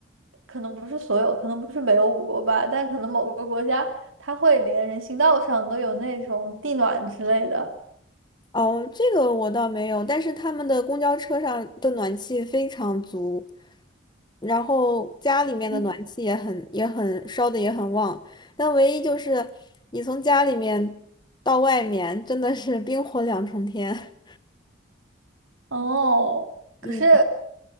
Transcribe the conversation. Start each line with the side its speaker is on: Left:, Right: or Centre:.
Right: 可能不是所有，可能不是北欧五国吧，但可能某个国家它会连人行道上都有那种地暖之类的。
Left: 哦，这个我倒没有，但是他们的公交车上的暖气非常足，然后家里面的暖气也很也很烧的也很旺，
Right: 嗯，
Left: 但唯一就是你从家里面到外面真的是冰火两重天。
Right: 哦，可是
Left: <laughs> 嗯，